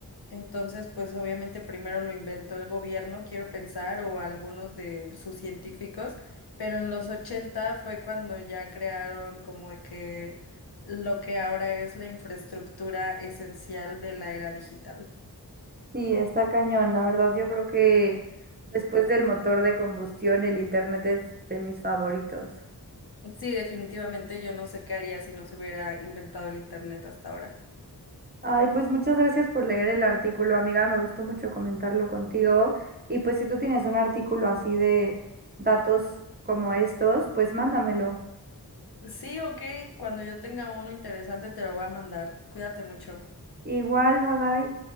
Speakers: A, on the left; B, on the right.
A: Entonces, pues obviamente primero lo inventó el gobierno, quiero pensar, o algunos de sus científicos, pero en los 80 fue cuando ya crearon como de que lo que ahora es la infraestructura esencial de la era digital.
B: Sí, está cañón. La verdad, yo creo que después del motor de combustión, el internet es de mis favoritos.
A: Sí, definitivamente yo no sé qué haría si no se hubiera inventado el internet hasta ahora.
B: Ay, pues muchas gracias por leer el artículo, amiga. Me gustó mucho comentarlo contigo. Y pues si tú tienes un artículo así de datos como estos, pues mándamelo.
A: Sí, ok, cuando yo tenga uno interesante te lo voy a mandar. Cuídate mucho.
B: Igual, bye bye.